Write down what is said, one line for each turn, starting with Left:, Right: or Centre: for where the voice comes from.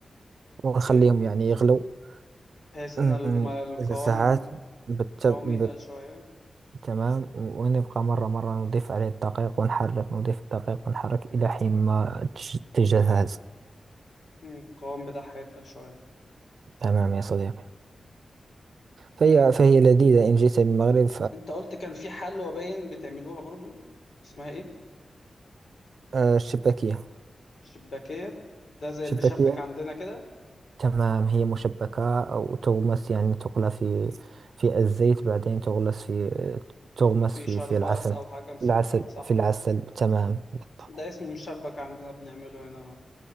Right: ونخليهم
Left: أوكي
Right: يعني يغلو
Left: بحيث إن
Right: أمم،
Left: الم- القوام
Right: إذا ساعات بتب...
Left: قوام يتقل
Right: بت...
Left: شوية
Right: تمام ونبقى مرة مرة نضيف عليه الدقيق ونحرك نضيف الدقيق ونحرك إلى حين ما تج- تجهز
Left: مم، القوام بتاعها يتقل شوية
Right: تمام يا صديقي فهي
Left: مم.
Right: فهي لذيذة إن جئت للمغرب
Left: انت قلت كان في حلوى باين بتعملوها برضو اسمها ايه
Right: فالشباكية
Left: شباكية ده زي
Right: شباكية
Left: المشبك عندنا كده
Right: تمام هي مشبكة وتغمس يعني تقلى في في الزيت بعدين تغلس في تغمس
Left: في
Right: في
Left: شربات
Right: في العسل
Left: او حاجة مسكرة
Right: العسل
Left: صح
Right: في العسل تمام بالطبع
Left: ده اسمه مشبك عندنا بنعمله هنا